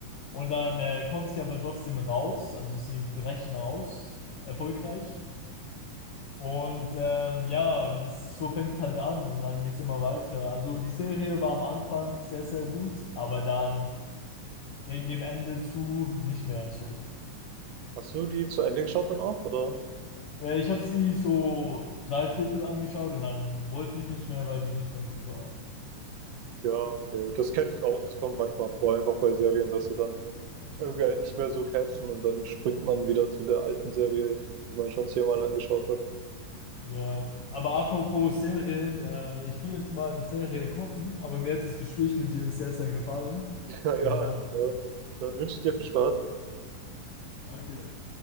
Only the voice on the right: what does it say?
Hast du die zu Ende geschaut dann auch, oder?
Ja, okay. Das kenne ich auch. Das kommt manchmal vor, einfach bei Serien, dass sie dann irgendwie einen nicht mehr so catchen und dann springt man wieder zu der alten Serie, die man schon zehnmal angeschaut hat.
<laughs> Ja, ja,
alles
klar. Dann wünsche ich dir viel Spaß.